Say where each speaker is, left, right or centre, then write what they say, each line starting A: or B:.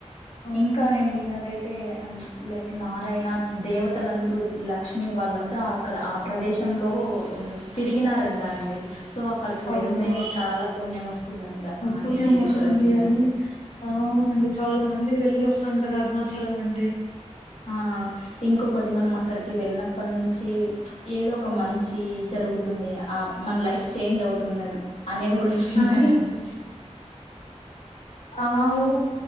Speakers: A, on the left; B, on the left.
A: ఆ!
B: ఇంకా నేను విన్నదైతే లైక్ నారాయణ దేవతలందరూ లక్ష్మి వళ్ళ అంతా అక్కడ ఆ ప్రదేశంలో తిరిగినారంటా అండి సో అక్కడికి
A: అవునా!
B: వెళ్తే చాలా పుణ్యం వస్తుందం ఆ
A: పుణ్యమొస్తుంది
B: నేను ఇది కూడా విన్నానండి
A: అని ఆ! అవునండి చాలా మంది వెళ్ళి వస్తుంటారు అరుణాచలం అండి
B: ఆ ఇంకొకటి మనం అక్కడికి వెళ్ళిన అప్పటి నుంచి ఏదో ఒక మంచి జరుగుతుంది ఆ మన లైఫ్ చేంజ్ అవుతుందిది అనేది కూడా విన్నానండి
A: కానీ ఆఓహో